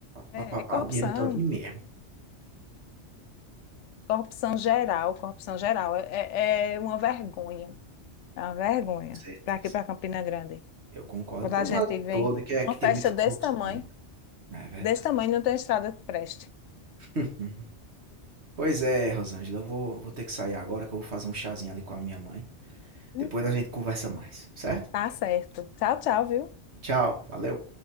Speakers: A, on the left; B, on the right.
A: é,
B: Pá,
A: é corrupção,
B: o dinheiro todo mesmo.
A: corrupção geral, corrupção geral. É, é é uma vergonha, é uma vergonha
B: Com certeza.
A: para aqui, para Campina Grande.
B: Eu concordo
A: Quando
B: por
A: a
B: um
A: gente
B: lado
A: vem
B: todo, que é
A: uma
B: que
A: festa
B: tem muita
A: desse
B: corrupção.
A: tamanho,
B: né, É verdade.
A: desse tamanho não tem estrada que preste.
B: Uhum. Pois é, Rosângela, eu vou vou ter que sair agora que eu vou fazer um chazinho ali com a minha mãe.
A: Hum.
B: Depois a gente conversa mais, certo?
A: Tá certo. Tchau, tchau, viu?
B: Tchau, valeu.